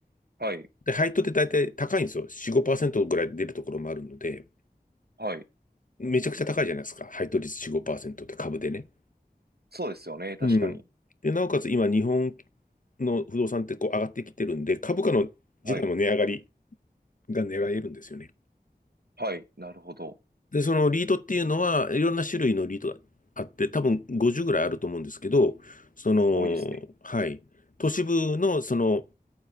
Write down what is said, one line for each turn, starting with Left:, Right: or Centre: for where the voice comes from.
Right: はい、
Left: で、配当って大体高いんですよ。4、5%ぐらい出るところもあるので、
Right: はい。
Left: めちゃくちゃ高いじゃないですか。配当率4、5%って株でね。
Right: そうですよね、確かに。
Left: うん。で、なおかつ今、日本の不動産ってこう上がってきてるんで、株価の自体も値上がり
Right: はい、
Left: が狙えるんですよね。
Right: はい、なるほど。
Left: で、そのリードっていうのは、いろんな種類のリードがあって、多分50ぐらいあると思うんですけど、その、
Right: 多いですね。
Left: はい。都市部の、その、